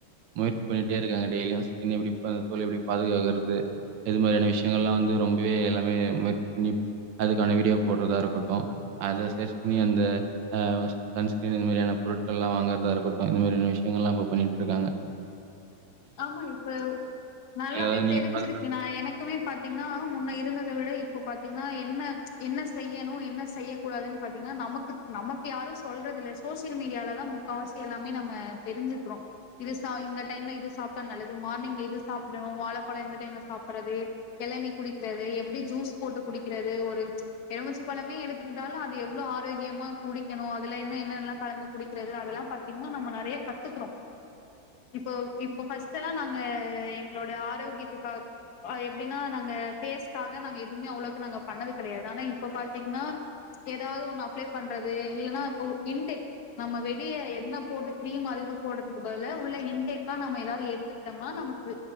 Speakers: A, on the right (about 85°); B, on the left (about 60°).
A: முயற்சி பண்ணிட்டே இருக்காங்க டெய்லியு ஸ்கின் எப்டி தோல் எப்டி பாதுகாக்கறது இது மாரியான விஷயங்கள்லா வந்து ரொம்பவே எல்ல <unintelligible> முயற்சி பண்ணி அதுக்கான வீடியோ போடுறதா இருக்கட்டு அத சர்ச் பண்ணி அந்த அ சன்ஸ்கிரீன் இந்த மாரியான பொருட்கள் எல்லா வாங்கறதா இருக்கட்டு இந்த மாரியான விஷயங்கள்லா இப்ப பண்ணிட்ருக்காங்க
B: ஆமா இப்ப நல்லாவே
A: ஏதாவது நீங்க
B: தெரிஞ்சிருக்கு
A: பாது
B: நா எனக்குமே பாத்தீங்கன்னா முன்ன இருந்தத விட இப்ப பாத்தீங்கன்னா என்ன என்ன செய்யணு என்ன செய்யக்கூடாதுன்னு பாத்தீங்கன்னா நமக்கு நமக்கு யாரு சொல்றது இல்ல சோசியல் மீடியாலதா முக்காவாசி எல்லாமே நம்ம தெரிஞ்சுக்குறோ இது இந்த டைம்ல இது சாப்டா நல்லது மார்னிங்ல இது சாப்பிடுனு வாழைப்பழோ எந்த டைம்ல சாப்பிற்றது எளனி குடிக்கிறது எப்டி ஜூஸ் போட்டு குடிக்கிறது ஒரு எலுமிச்ச பழமே எடுத்துக்கிட்டால அது எவ்ளோ ஆரோக்கியமா குடிக்கணு அதுல இன்னு என்னல்லா கலந்து குடிக்கிறது அதல்லா பாத்தீங்கன்னா நம்ம நரயா கத்துக்கறோ இப்போ இப் இப்ப ஃபஸ்டுலா நாங்க எங்களோட ஆரோக்கியத்துக்காக எப்டின்னா நாங்க ஃபேஸ்காக நாங்க எதுவுமே அவ்ளோக்கு நாங்க பண்ணது கெடையாது ஆனா இப்ப பாத்தீங்கன்னா ஏதாவது ஒண்ணு அப்ளை பண்றது இல்லைனா இப்ப இன்டெக் நம்ம வெளிய என்ன போட்டு கிரீம் அது இது போடுறதுக்கு பதில் உள்ள இன்டெக்கா நம்ம ஏதாவது எடுத்துக்கிட்டம்னா நமக்கு